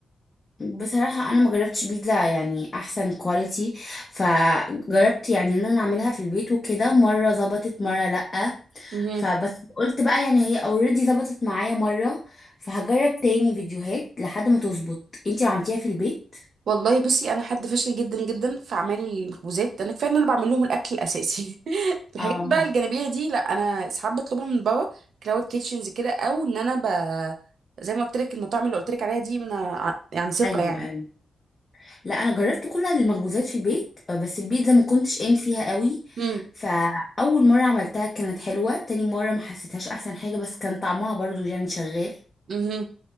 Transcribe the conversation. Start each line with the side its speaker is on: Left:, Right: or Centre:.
Left: بصراحة انا ما جربتش بيتزا يعني احسن كواليتي فجربت يعني ان انا اعملها في البيت وكده مرة ظبطت مرة لأ
Right: قوي
Left: فبس قلت بقى يعني هي اوريدي ظبطت معايا مرة فهجرب تاني فيديوهات لحد ما تظبط انتي عملتيها في البيت
Right: والله بصي انا حد فاشل جدا جدا في اعمال المخبوزات انا كفايه ان انا بعمل لهم الاكل الاساسي <laughs> الحاجات
Left: اه
Right: بقى الجانبيه دي لا انا ساعات بطلبها من بابا كلاود كيتشنز كده او ان انا ب... زي ما قلت لك المطاعم اللي قلت لك عليها دي انا ع- يعني ثقه
Left: ايوه
Right: يعني
Left: ايوه لا انا جربت كل المخبوزات في البيت آه، بس البيتزا ما كنتش قايم فيها قوي
Right: امم
Left: فاول مره عملتها كانت حلوه تاني مره ما حسيتهاش احسن حاجه بس كان طعمها برضو يعني شغال
Right: امم